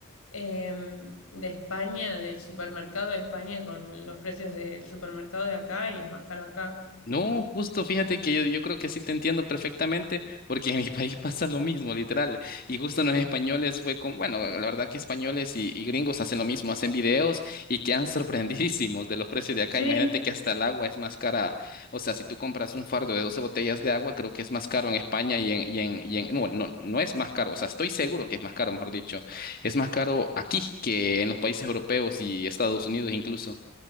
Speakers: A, on the left; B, on the left.
A: em, de España, del supermercado de España con los precios del supermercado de acá y es más caro acá.
B: No, justo fíjate que yo, yo creo que sí te entiendo perfectamente, porque en mi <laughs> país pasa lo mismo, literal. Y justo los españoles fue con, bueno, la verdad que españoles y, y gringos hacen lo mismo, hacen videos y quedan <laughs> sorprendidísimos de los precios de acá.
A: Sí,
B: Imagínate que hasta el agua es más cara. O sea, si tú compras un fardo de 12 botellas de agua, creo que es más caro en España y en, y en, y en, no, no, no es más caro. O sea, estoy seguro que es más caro, mejor dicho. Es más caro aquí que en los países europeos y Estados Unidos incluso.